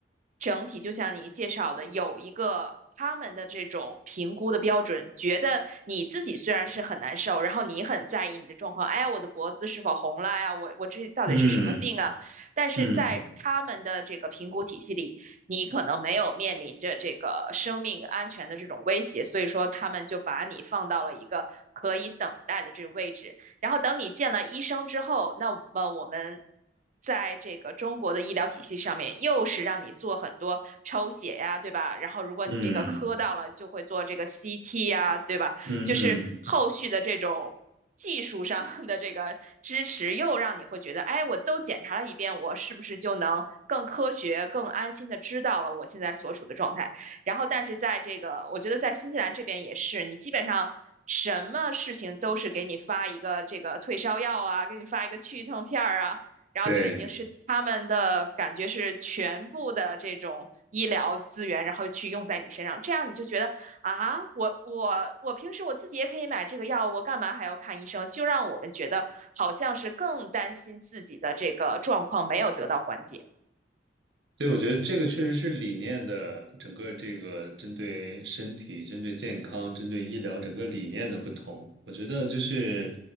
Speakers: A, on the right; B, on the right.
A: 整体就像你介绍的，有一个他们的这种评估的标准，觉得你自己虽然是很难受，然后你很在意你的状况，哎，我的脖子是否红了呀？我我这到底是什么病啊？
B: 嗯
A: 但是在他们的这个评估体系里，
B: 嗯
A: 你可能没有面临着这个生命安全的这种威胁，所以说他们就把你放到了一个可以等待的这个位置。然后等你见了医生之后，那么我们。在这个中国的医疗体系上面，又是让你做很多抽血呀，对吧？然后如果你这个磕到了，
B: 嗯
A: 就会做这个 CT 呀，对吧？
B: 嗯嗯，
A: 就是后续的这种技术上 <laughs> 的这个支持，又让你会觉得，哎，我都检查了一遍，我是不是就能更科学、更安心的知道了我现在所处的状态？然后，但是在这个，我觉得在新西兰这边也是，你基本上。什么事情都是给你发一个这个退烧药啊，给你发一个去痛片儿啊，然后就已经是他们的感觉是全部的这种医疗资源，
B: 对。
A: 然后去用在你身上，这样你就觉得啊，我我我平时我自己也可以买这个药，我干嘛还要看医生？就让我们觉得好像是更担心自己的这个状况没有得到缓解，
B: 对，我觉得这个确实是理念的整个这个针对身体、针对健康、针对医疗整个理念的不同。我觉得就是，